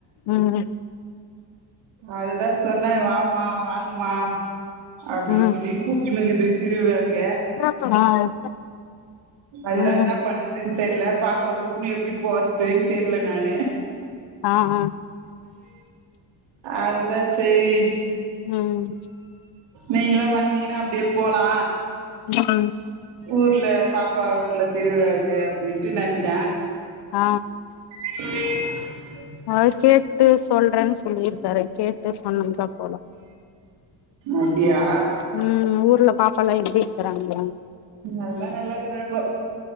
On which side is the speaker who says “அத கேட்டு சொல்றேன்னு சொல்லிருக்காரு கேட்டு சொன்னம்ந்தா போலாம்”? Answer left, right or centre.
Left